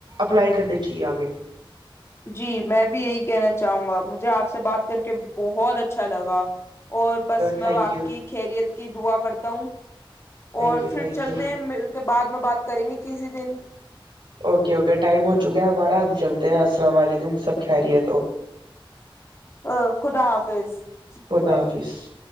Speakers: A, on the right; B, on the left.
A: سلائی کرے چی آ کے
B: جی میں بھی یہی کہنا چاہوں گا مجھے آپ سے بات کر کے بہت اچھا لگا اور بس میں
A: تھینک
B: آپ
A: یو
B: کی خیریت کی دعا کرتا ہوں <inaudible>
A: تھینک
B: اور
A: یو
B: پھر
A: تھینک
B: چلتے
A: یو
B: ہیں بعد میں بات کریں گے کسی دن
A: اوکے اوکے ٹائم ہو چکا ہے ہمارا ہم جلد السلام علیکم، سب خیریت؟
B: ا خدا حافظ
A: خدا
B: بائے
A: حافظ